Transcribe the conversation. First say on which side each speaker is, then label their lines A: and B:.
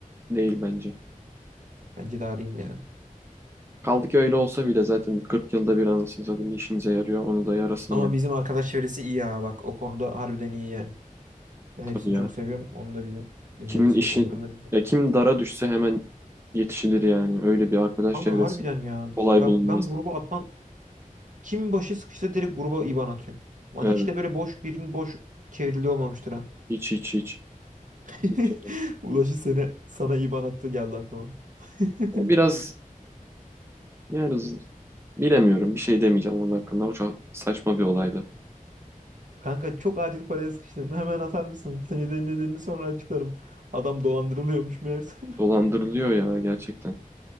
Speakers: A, on the right; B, on the right.
A: değil bence.
B: Bence de arayayım ya.
A: Kaldı ki öyle olsa bile zaten 40 yılda bir anasını satayım işimize yarıyor. Onu da yarasın
B: Ama bizim arkadaş çevresi iyi ya bak o konuda harbiden iyi yani. Ben hepsini
A: Tabii ya.
B: çok seviyorum. Onu da bizim bizleri
A: Kimin
B: se-
A: işi
B: onların da bizim.
A: ya kim dara düşse hemen yetişilir yani. Öyle bir arkadaş
B: Kanka
A: çevresi
B: harbiden ya.
A: kolay
B: Bak
A: bulunmaz.
B: ben gruba atlan Kim başı sıkışsa direkt gruba IBAN atıyor. Lan
A: Evet.
B: hiç de böyle boş birinin boş çevrildiği olmamıştır ha.
A: Hiç hiç hiç.
B: <laughs>
A: Hiç yani.
B: Ulaşı seni sana IBAN attı geldi aklıma. <laughs>
A: O biraz yani z- bilemiyorum. Bir şey demeyeceğim onun hakkında. O çok saçma bir olaydı.
B: Kanka çok acil paraya sıkıştım. Hemen atar mısın? Senede nedenini sonra açıklarım. Adam dolandırılıyormuş meğerse.
A: Dolandırılıyor
B: <laughs>
A: ya gerçekten.